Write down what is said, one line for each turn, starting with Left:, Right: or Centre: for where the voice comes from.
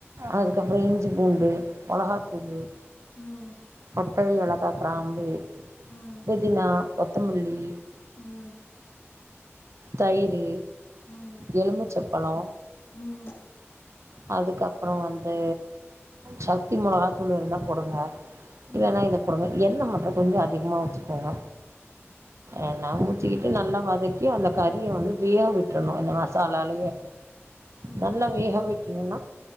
Right: அதுக்கப்பற இஞ்சி பூண்டு மொளகாத்தூளு
Left: ம்
Right: பட்டை ஏலக்கா கிராம்பு
Left: ம்
Right: புதினா கொத்தமல் இ
Left: ம்
Right: தயிரு
Left: ம்
Right: எலும்மிச்சப்பழொ
Left: ம்
Right: அதுக்கப்ரோ வந்து சக்தி மிளகா தூள் இருந்தா போடுங்க
Left: ம்
Right: இல்னா இத போடுங்க என்ன மட் கொஞ்சொ அதிகமா வச்சிக்கோங்க என்ன உ வச்சிக்கிட்டு நல்லா வதக்கி அந்த கறியை வந்து விய விட்டறணு அந்த மசாலாலயே
Left: ம்
Right: நல்லா வேகவிட்டிங்கண்ணா